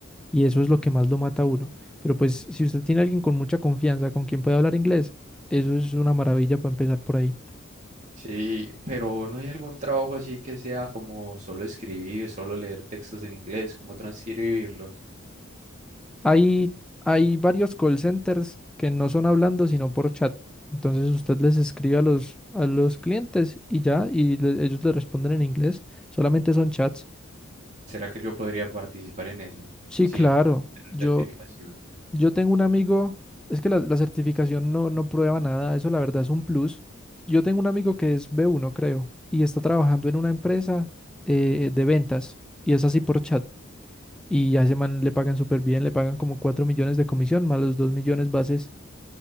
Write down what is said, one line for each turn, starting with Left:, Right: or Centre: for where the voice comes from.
Centre: y eso es lo que más lo mata a uno. Pero pues si usted tiene a alguien con mucha confianza, con quien puede hablar inglés, eso es una maravilla para empezar por ahí.
Right: Sí, pero ¿no hay algún trabajo así que sea como solo escribir, solo leer textos en inglés, como transcribirlos?
Centre: Hay, hay varios call centers que no son hablando, sino por chat. Entonces usted les escribe a los, a los clientes y ya, y le- ellos le responden en inglés. Solamente son chats.
Right: ¿Será que yo podría participar en eso
Centre: Sí,
Right: sin
Centre: claro.
Right: tener
Centre: Yo,
Right: certificación?
Centre: yo tengo un amigo, es que la, la certificación no, no prueba nada, eso la verdad es un plus. Yo tengo un amigo que es B1, creo, y está trabajando en una empresa eh, de ventas, y es así por chat. Y a ese man le pagan súper bien, le pagan como 4 millones de comisión, más los 2 millones bases